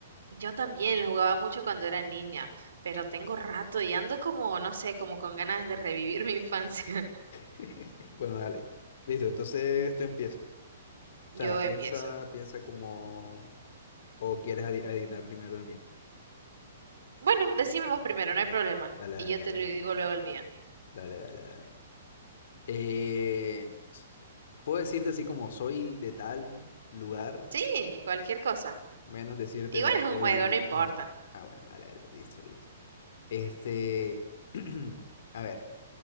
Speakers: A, on the right; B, on the left.
A: Yo también lo jugaba mucho cuando era niña, pero tengo rato y ando como, no sé, como con ganas de revivir mi infancia. <laughs>
B: <laughs> Bueno, dale. Listo, entonces tú empiezas. O
A: Yo
B: sea, piensa,
A: empiezo.
B: piensa como... O quieres adi- adivinar primero el mío.
A: Bueno, decime vos primero, no hay problema.
B: Dale,
A: Y
B: dale,
A: yo
B: dale,
A: te lo
B: dale.
A: digo luego el mío.
B: Dale, dale, dale. Eh, puedo decirte así como soy de tal lugar
A: Sí, cualquier cosa.
B: Menos decirte
A: Igual
B: no,
A: es
B: soy...
A: un juego, no importa.
B: nin". Ah, bueno, dale, dale, listo, listo. Este, <clears throat> a ver,